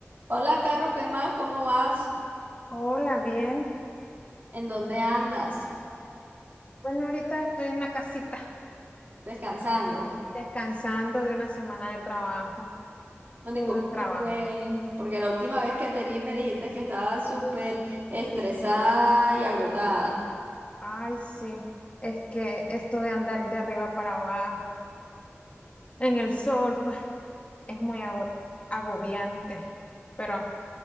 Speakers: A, on the right; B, on the left.
A: Hola, Caro, ¿qué más? ¿Cómo vas?
B: Hola, bien.
A: ¿En dónde andas?
B: Bueno, ahorita estoy en la casita,
A: ¿Descansando?
B: descansando de una semana de trabajo,
A: Bueno,
B: full
A: ¿y cómo
B: trabajo.
A: te fue? Porque la última vez que te vi me dijiste que estabas súper estresada y agotada.
B: Ay, sí, es que esto de andar de arriba para abajo, en el sol, pues <laughs> es muy ago- agobiante. Pero,